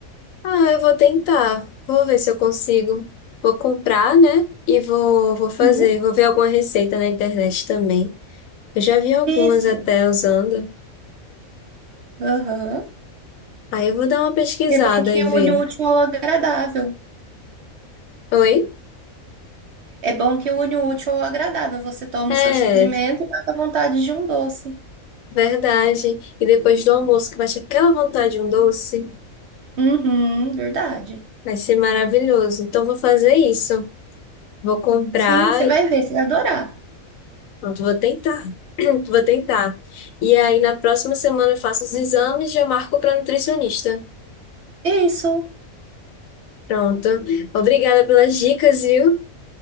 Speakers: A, on the left; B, on the right.
A: Ah, eu vou tentar. Vou ver se eu consigo. Vou comprar, né? E vou, vou fazer.
B: Uhum.
A: Vou ver alguma receita na internet também. Eu já vi algumas
B: Isso.
A: até usando.
B: Aham.
A: Aí eu vou dar uma pesquisada
B: E é bom que
A: e ver.
B: une o útil ao agradável.
A: Oi?
B: É bom que une o útil ao agradável. Você toma
A: É,
B: o seu suplemento e mata a vontade de um doce.
A: verdade. E depois do almoço, que bate aquela vontade de um doce,
B: Uhum, verdade.
A: vai ser maravilhoso. Então vou fazer isso. Vou comprar.
B: Sim, você
A: e-
B: vai ver, você vai adorar.
A: Pronto, vou tentar. <clears throat> Vou tentar. E aí na próxima semana eu faço os exames e já marco para nutricionista.
B: Isso.
A: Pronto. Obrigada pelas dicas, viu?